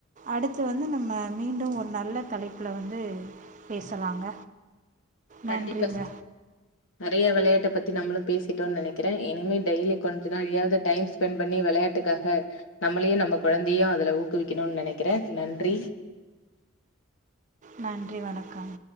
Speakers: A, on the right; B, on the left.
A: அடுத்து வந்து நம்ம மீண்டும் ஒரு நல்ல தலைப்பில வந்து பேசலாங்க
B: கண்டிப்பா
A: நன்றிங்க
B: நெறைய விளையாட்ட பத்தி நம்மளும் பேசிட்டோ நினைக்கிறேன் இனிமே டெலி கொஞ்ச டைம் ஸ்பெண்ட் பண்ணி விளையாட்டுக்காக நம்மளையும் நம்ம கொழந்தையையும் அதுல ஊக்கிவிக்கணும்னு நினைக்கிறேன் நன்றி
A: நன்றி வணக்கம்